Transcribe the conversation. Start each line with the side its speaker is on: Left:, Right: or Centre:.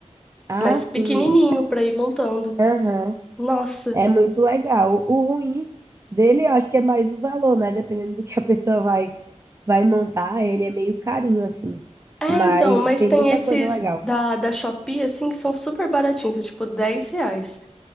Right: Ah,
Centre: Mas
Right: sim.
Centre: pequenininho
Right: isso-
Centre: para ir montando.
Right: Aham.
Centre: Nossa.
Right: É muito legal. O ruim dele, eu acho que é mais o valor, né? Dependendo do que a pessoa vai vai montar, ele é meio carinho assim.
Centre: É,
Right: Mas
Centre: então, mas
Right: tem
Centre: tem
Right: muita
Centre: esses
Right: coisa legal.
Centre: da, da Shopee, assim, que são super baratinhos, é tipo 10 reais.